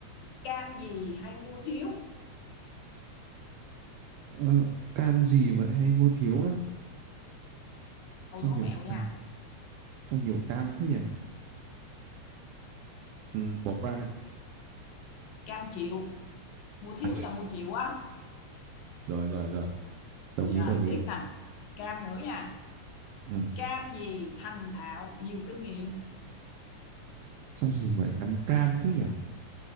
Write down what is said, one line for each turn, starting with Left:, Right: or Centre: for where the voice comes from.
Left: cam gì hay mua thiếu
Right: Ờ, cam gì mà lại hay mua thiếu á
Left: câu
Right: sao
Left: đố
Right: nhiều
Left: mẹo nha
Right: à, sao nhiều cam thế nhỉ ừ, bỏ qua đấy
Left: cam chịu mua thiếu
Right: à, chì,
Left: là mua chịu á
Right: rồi rồi rồi đồng
Left: rồi
Right: ý đồng ý
Left: tiếp nè cam nữa nha
Right: ừ.
Left: cam gì thành thạo nhiều kinh nghiệm
Right: sao gì mà lại nắm cam thế nhỉ